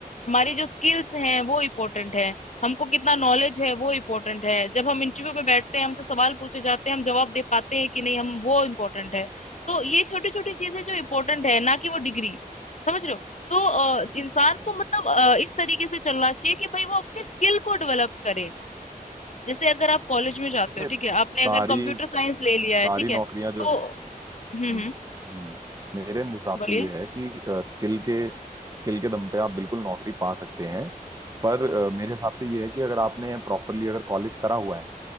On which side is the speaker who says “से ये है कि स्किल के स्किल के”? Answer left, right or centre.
Right